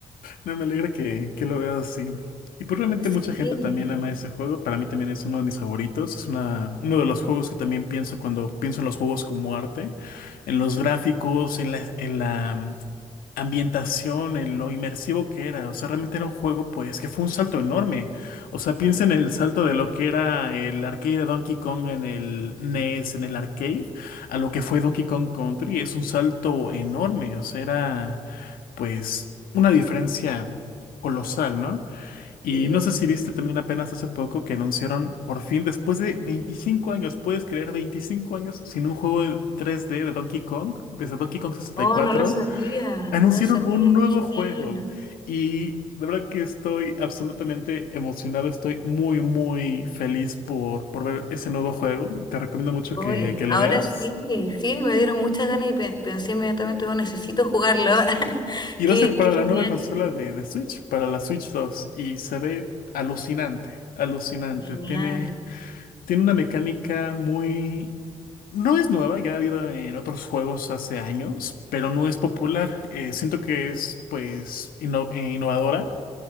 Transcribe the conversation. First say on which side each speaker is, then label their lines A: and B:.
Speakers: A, on the left; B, on the left.
A: No, me alegra que, que lo veas así. Y probablemente mucha
B: Sí,
A: gente también ama ese juego. Para mí también es uno de mis favoritos. Es una, uno de los juegos que también pienso cuando pienso en los juegos como arte, en los gráficos, en la, en la mm, ambientación, en lo inmersivo que era. O sea, realmente era un juego pues que fue un salto enorme. O sea, piensa en el salto de lo que era el arcade de Donkey Kong en el NES, en el arcade, a lo que fue Donkey Kong Country. Es un salto enorme. O sea, era pues una diferencia colosal, ¿no? Y
B: sí.
A: no sé si viste también apenas hace poco que anunciaron por fin, después de 25 años, ¿puedes creer 25 años sin un juego de 3D de Donkey Kong? Desde Donkey Kong 64,
B: Oh, no lo sabía,
A: anunciaron
B: no lo sabía.
A: un nuevo
B: qué
A: juego
B: genial.
A: y de verdad que estoy absolutamente emocionado, estoy muy, muy feliz por, por ver ese nuevo juego. Te recomiendo mucho
B: Hoy,
A: que, que
B: ahora
A: lo veas.
B: sí, sí, me dieron muchas ganas y pe- pensé inmediatamente, oh, necesito jugarlo. <laughs>
A: Y
B: Qué,
A: va a ser para
B: qué
A: la
B: genial,
A: nueva consola de, de Switch, para la Switch 2. Y se ve alucinante, alucinante.
B: qué genial.
A: Tiene, tiene una mecánica muy... No es nueva, ya ha habido en otros juegos hace años, pero no es popular. Eh, siento que es, pues, inno- eh, innovadora,